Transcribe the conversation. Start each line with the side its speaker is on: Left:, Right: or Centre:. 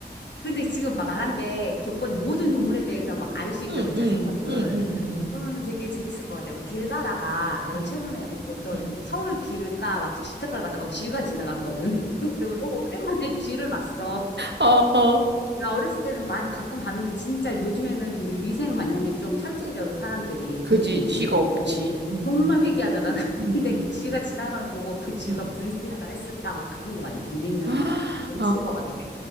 Left: 근데 지금 말한 게 조건이 모든 동물에 대해서 막 알 수 있다고
Right: 응,
Left: 그랬잖아요,
Right: 응,
Left: 생각을.
Right: 응, 응, 응, 응,
Left: 그러면은 되게 재밌을 것 같아. 막 길 가다가 내가
Right: 응.
Left: 최근에 뭐 어떤
Right: 응
Left: 서울 길가 막 주택가를 가다가 쥐가 지나갔거든. <laughs> 근데 너무 오랜만에 쥐를 봤어.
Right: 어, 어, 어.
Left: 나 어렸을 때는 많이 가끔 봤는데 진짜 요즘에는 되게 위생관념이 좀 철저해져서 사람들이
Right: 그지,
Left: 공공위생관념.
Right: 지가 없지.
Left: 어,
Right: 응,
Left: 정말
Right: 응,
Left: 희귀하잖아. <laughs>
Right: 응,
Left: 근데
Right: 응,
Left: 그 쥐가 지나가는 거 보고 그 쥐가
Right: 응.
Left: 무슨 생각을 했을까 막 그런 거 많이 들리면
Right: 아,
Left: 재밌을 것 같아.